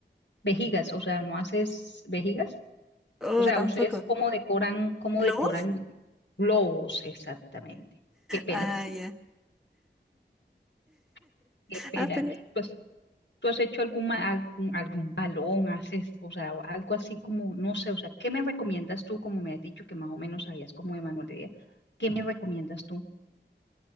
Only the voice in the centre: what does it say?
Oh,
tampoco.
¿Globos?
Ah, ya.
Ah, pero